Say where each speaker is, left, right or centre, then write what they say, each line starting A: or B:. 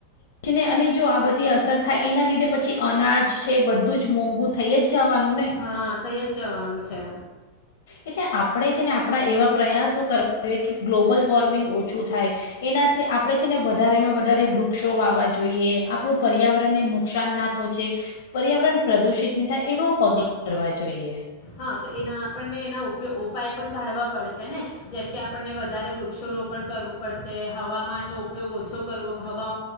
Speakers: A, on the left; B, on the left.
A: એજને અને જો આ બધી અસર થાય એના લીધે પછી અનાજ છે બધું જ મોંઘુ થઈ જ જવાનું ને
B: હા થઇ જ જવાનું છે.
A: એટલે આપણે છે ને આપણા એવા પ્રયાસો કરવા જોઈએ કે ગ્લોબલ વોર્મિંગ ઓછું થાય એનાથી આપણે છે ને વધારેમાં વધારે વૃક્ષો વાવા જોઈએ, આપણું પર્યાવરણને નુકસાન ના પહોંચે, પર્યાવરણ પ્રદુષિત નહીં થાય એવા પગલાં ભરવા જોઈએ.
B: હા, તો એના આપણને એના ઉપાયો ઉપાય પણ કાઢવા પડશે ને. જેમકે આપણને વધારે વૃક્ષ રોપણ કરવું પડશે, હવામાનનો ઉપયોગ ઓછો કરવો, હવા